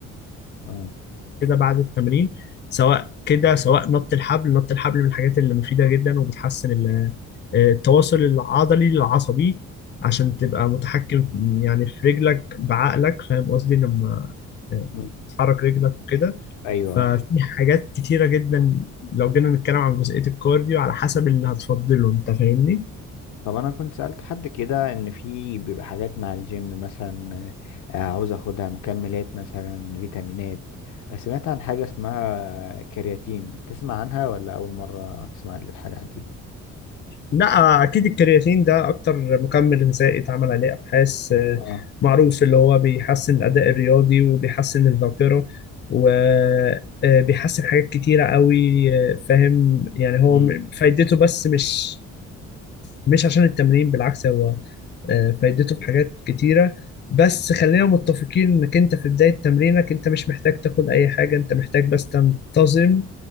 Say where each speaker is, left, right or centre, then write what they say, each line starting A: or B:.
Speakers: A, on the left; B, on the left.
A: اه
B: كده بعد التمرين سواء كده سواء نط الحبل نط الحبل من الحاجات اللي مفيدة جدا وبتحسن ال- آه، التواصل العضلي العصبي عشان تبقى متحكم يعني في رجلك بعقلك فاهم قصدي لما
A: مم.
B: بتحرك رجلك وكده
A: ايوه
B: ففي حاجات كتيرة جدا لو جينا نتكلم عن جزئية الكارديو على حسب اللي هتفضله انت فاهمني؟
A: طب انا كنت سألت حد كده ان في بيبقى حاجات مع الجيم مثلا آه، عاوز اخدها مكملات مثلا فيتامينات سمعت عن حاجة اسمها كرياتين تسمع عنها ولا اول مرة تسمع عن الحاجة دي
B: لا اكيد الكرياتين ده اكتر مكمل غذائي اتعمل عليه ابحاث آه،
A: اه
B: معروف اللي هو بيحسن الاداء الرياضي وبيحسن الذاكرة وبيحسن حاجات كتيرة قوي آه، فاهم يعني هو
A: امم
B: م- فايدته بس مش مش عشان التمرين بالعكس هو آه، فايدته في حاجات كتيرة بس خلينا متفقين انك انت في بداية تمرينك انت مش محتاج تاخد اي حاجة انت محتاج بس تنتظم